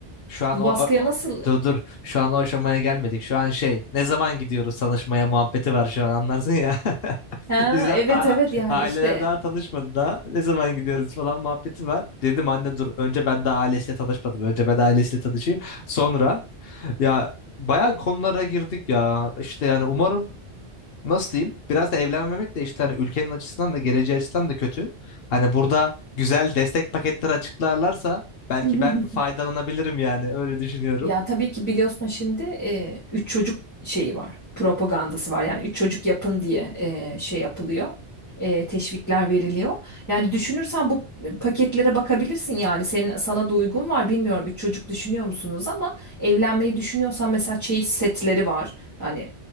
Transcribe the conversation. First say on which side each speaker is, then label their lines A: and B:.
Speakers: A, on the left; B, on the left.
A: Şu an
B: Bu
A: o,
B: baskıya
A: o- o-
B: nasıl
A: dur dur şu an o aşamaya gelmedik. Şu an şey ne zaman gidiyoruz tanışmaya muhabbeti var şu an anlarsın ya. <laughs>
B: Ha,
A: Bizden
B: evet
A: a-
B: evet yani
A: aileler
B: işte
A: daha tanışmadı da Ne zaman gidiyoruz falan muhabbeti var. Dedim anne dur önce ben daha ailesiyle tanışmadım. Önce ben ailesiyle tanışayım. Sonra ya bayağı konulara girdik ya. İşte yani umarım nasıl diyeyim? Biraz da evlenmemek de işte hani ülkenin açısından da geleceği açısından da kötü. Hani burada güzel destek paketleri açıklarlarsa belki
B: <laughs>
A: ben faydalanabilirim yani öyle düşünüyorum.
B: ya tabii ki biliyorsun şimdi e, üç çocuk şeyi var propagandası var yani üç çocuk yapın diye e, şey yapılıyor E, teşvikler veriliyor yani düşünürsen bu paketlere bakabilirsin yani senin sana da uygun var bilmiyorum üç çocuk düşünüyor musunuz ama evlenmeyi düşünüyorsan mesela çeyiz setleri var yani